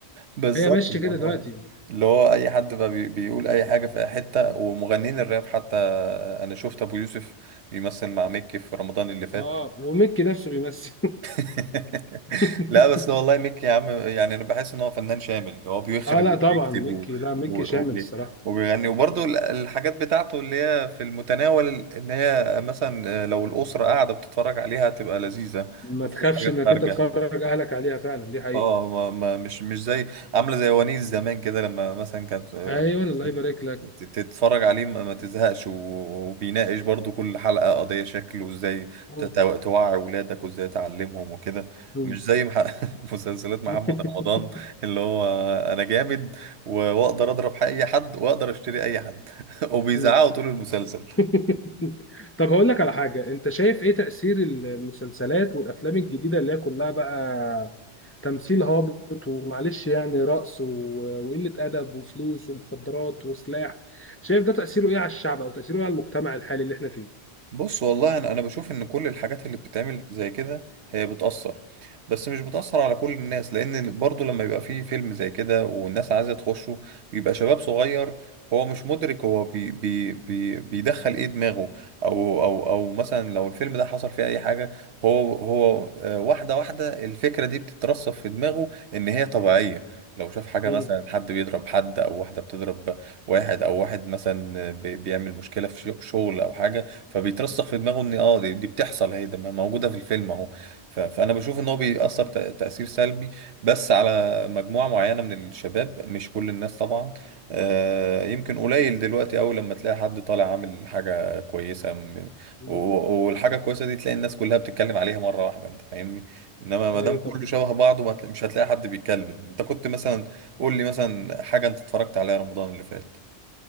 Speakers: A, on the right; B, on the left.
A: بالظبط
B: هي ماشية
A: اللي
B: كده
A: هو
B: دلوقتي
A: اللي هو اي حد بقى بي- بيقول اي حاجة في اي حتة ومغنين الراب حتى آه، انا شفت ابو يوسف بيمثل مع مكي في رمضان اللي فات
B: اه وميكي نفسه بيمثل
A: <laughs>
B: <laughs>
A: لا بس هو والله ميك يا عم يعني انا بحس ان هو فنان شامل هو بيخرج
B: اه لا
A: وبيكتب
B: طبعا ميكي
A: و-
B: لا ميكي
A: و-
B: شامل
A: وبي-
B: الصراحه
A: وبيغني وبرضه ال- الحاجات بتاعته اللي هي في المتناول اللي هي مثلا آه، لو الأسرة قاعدة بتتفرج عليها هتبقى لذيذة
B: ما
A: ما
B: تخافش
A: فيهاش حاجات
B: انك
A: خارجة
B: انت تفرج اهلك عليها فعلا دي حقيقه
A: اه ما ما مش مش زي عامله زي ونيس زمان كده لما مثلا كانت آه،
B: ايوه الله يبارك لك
A: ت- تتفرج عليه ما ما تزهقش و- وبيناقش برضو كل حلقه قضيه شكل وازاي
B: مم.
A: ت- تو- توعي ولادك وازاي تعلمهم وكده
B: مم.
A: مش زي مح... <laughs> مسلسلات محمد
B: <laughs>
A: رمضان اللي هو انا جامد و- واقدر اضرب اي حد واقدر اشتري اي حد <laughs> وبيزعقوا
B: مم.
A: طول المسلسل
B: <laughs> طب هقول لك على حاجه انت شايف ايه تاثير المسلسلات والافلام الجديده اللي هي كلها بقى تمثيل هابط ومعلش يعني رقص و- وقله ادب وفلوس ومخدرات وسلاح شايف ده تاثيره ايه على الشعب او تاثيره ايه على المجتمع الحالي اللي احنا فيه
A: بص والله انا انا بشوف ان كل الحاجات اللي بتتعمل زي كده هي بتأثر بس مش بتأثر على كل الناس لان برضو لما يبقى فيه فيلم زي كده والناس عايزة تخشه بيبقى شباب صغير هو مش مدرك هو بي بي بي بيدخل ايه دماغه او او او مثلا لو الفيلم ده حصل فيه اي حاجة هو هو آه، واحدة واحدة الفكرة دي بتترسخ في دماغه ان هي طبيعية لو شاف حاجة
B: مم.
A: مثلا حد بيضرب حد او واحدة بتضرب واحد او واحد مثلا بي- بيعمل مشكلة في شغل او حاجة فبيترسخ في دماغه ان اه دي, دي بتحصل اهي ده موجوده في الفيلم اهو ف- فانا بشوف ان هو بيأثر تأ- تأثير سلبي بس على مجموعه معينه من الشباب مش كل الناس طبعا آه يمكن قليل دلوقتي قوي لما تلاقي حد طالع عامل حاجه كويسه م-
B: مم.
A: و- والحاجه الكويسه دي تلاقي الناس كلها بتتكلم عليها مره واحده انت فاهمني انما ما
B: ايوه
A: دام كله
B: طب
A: شبه بعضه ما هتلا- مش هتلاقي حد بيتكلم انت كنت مثلا قول لي مثلا حاجه انت اتفرجت عليها رمضان اللي فات